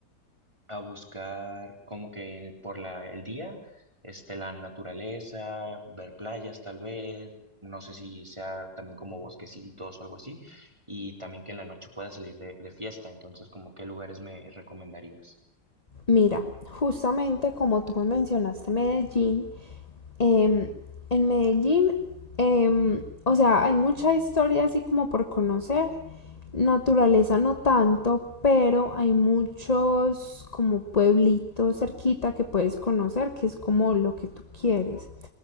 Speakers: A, on the right; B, on the left.
A: a buscar como que por la, el día, este, la naturaleza, ver playas tal vez. No sé si sea también como bosquecitos o algo así, y también que en la noche pueda salir de, de fiesta, entonces como qué lugares me recomendarías.
B: Mira, justamente como tú me mencionaste Medellín, em, en Medellín, em, o sea, hay mucha historia así como por conocer, naturaleza no tanto, pero hay muchos como pueblitos cerquita que puedes conocer, que es como lo que tú quieres.